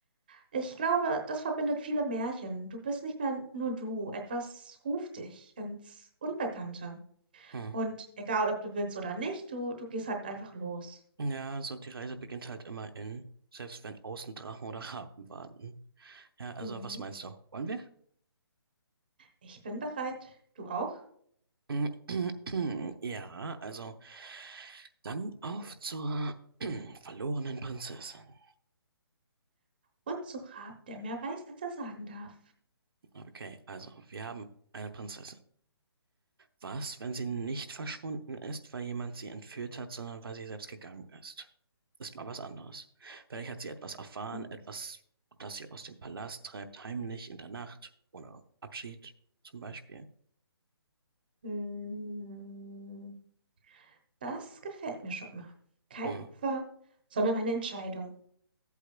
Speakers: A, on the right (about 20°); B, on the right (about 60°).
A: Ich glaube, das verbindet viele Märchen. Du bist nicht mehr nur du. Etwas ruft dich ins Unbekannte.
B: hm.
A: Und egal, ob du willst oder nicht, du, du gehst halt einfach los.
B: Ja, so die Reise beginnt halt immer in, selbst wenn außen Drachen oder Raben warten. Ja, also
A: Mhm.
B: was meinst du? Wollen wir?
A: Ich bin bereit. Du auch?
B: <clears throat> Ja, also dann auf zur <clears throat> verlorenen Prinzessin.
A: Und zum Raben, der mehr weiß, als er sagen darf.
B: Okay, also wir haben eine Prinzessin. Was, wenn sie nicht verschwunden ist, weil jemand sie entführt hat, sondern weil sie selbst gegangen ist? Ist mal was anderes. Vielleicht hat sie etwas erfahren,
A: Mhm.
B: etwas, das sie aus dem Palast treibt, heimlich in der Nacht oder Abschied zum Beispiel.
A: Hm, Das gefällt mir schon mal. Kein
B: Hm.
A: Opfer, sondern eine Entscheidung.